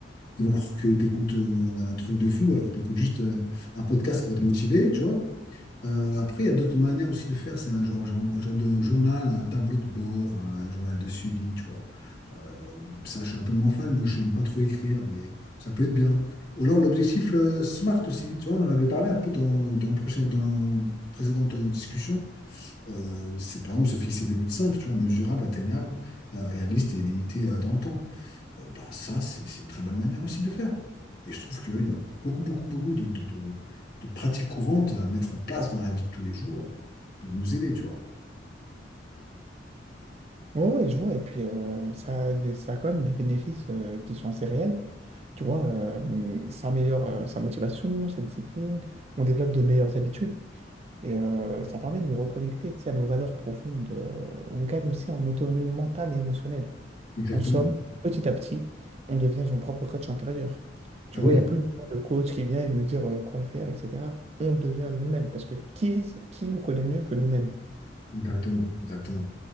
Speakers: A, on the left; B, on the right.
A: Ils vont croire que tu écoutes un truc de fou alors que tu écoutes juste euh, un podcast qui va te motiver, tu vois. Euh, après, il y a d'autres manières aussi de faire. C'est un genre, genre- un genre de journal, un tableau de bord, un journal de suivi, tu vois. Euh, ça, je suis un peu moins fan. Moi, je n'aime pas trop écrire, mais ça peut être bien. Ou alors l'objectif euh, SMART aussi. Tu vois, on en avait parlé un peu dans, dans, le prochain, dans la précédente euh, discussion. Euh, c'est par exemple se fixer des buts simples, tu vois, mesurables, atteignables, euh, réalistes et limités euh, dans le temps euh, bah, ça, c'est c'est une très bonne manière aussi de faire. Et je trouve qu'il y a beaucoup, beaucoup, beaucoup de, de, de- de pratiques courantes à mettre en place dans la vie de tous les jours euh, pour nous aider, tu vois.
B: Oui, ouais, ouais, je vois. Et puis, euh, ça, a des- ça a quand même des bénéfices euh, qui sont assez réels. Tu vois, euh, ça améliore euh, sa motivation, sa discipline, on développe de meilleures habitudes et euh, ça permet de nous reconnecter, tu sais, à nos valeurs profondes. euh, et on gagne aussi en autonomie mentale et émotionnelle.
A: Exactement.
B: En somme, petit à petit, on devient son propre coach intérieur. Tu
A: Ah
B: vois,
A: oui,
B: il n'y a plus besoin de coach qui vient et nous dire euh, quoi faire, etc. On le devient nous-mêmes parce que qui, qui nous connaît mieux que nous-mêmes?
A: exactement, exactement,